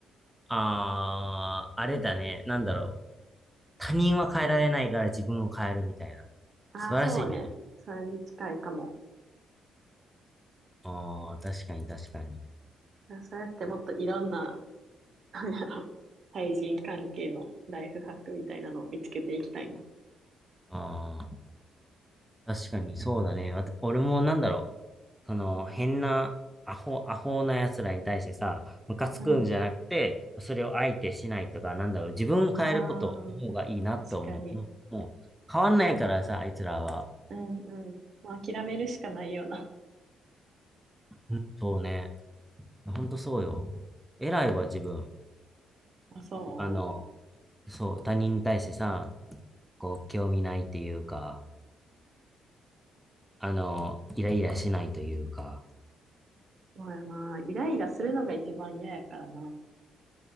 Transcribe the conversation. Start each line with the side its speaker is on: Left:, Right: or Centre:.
Centre: ああ、あれだね。なんだろう。他人は変えられないから自分を変えるみたいな。
Right: ああ、
Centre: 素晴らしいね。
Right: そうね。それに近いかも。
Centre: ああ、確かに確かに。
Right: だからそうやってもっといろんな、<laughs> なんやろ、対人関係のライフハックみたいなのを見つけていきたいな。
Centre: ああ、確かにそうだね。わた俺もなんだろう。その、変な、アホ、アホな奴らに対してさ、ムカつくんじゃなくて、
Right: うん。
Centre: それを相手しないとか、なんだろう。自分を変えることの方がいいなと思う。
Right: ああ、確かに。
Centre: もう、もう変わんないからさ、あいつらは。
Right: うんうん。まあ、諦めるしかないよな。
Centre: うん、そうね。ほんとそうよ。偉いわ、自分。
Right: <laughs> あ、そ
Centre: あの、そう、他人に対してさ、こう、興味ないっていうか、あの、イライラしないというか、
Right: うそうやな。イライラするのが一番嫌やからな。